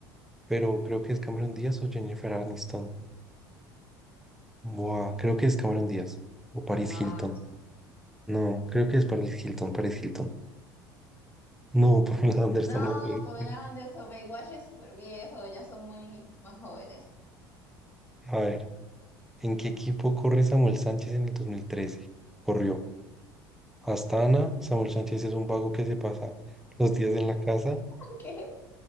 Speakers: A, in the centre; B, on the left (about 20°).
A: Pero creo que es Cameron Díaz o Jennifer Aniston. Buah, creo que es Cameron Díaz o Paris
B: No,
A: Hilton. No, creo que es Paris Hilton, Paris Hilton. No, <laughs> Pamela Anderson
B: no,
A: no puede
B: Pamela
A: ser.
B: Anderson, Baywatch es súper viejo, ya son muy más jóvenes.
A: A ver, ¿en qué equipo corre Samuel Sánchez en el 2013? Corrió hasta Samuel Sánchez es un vago que se pasa los días en la casa.
B: <laughs> ¿Qué?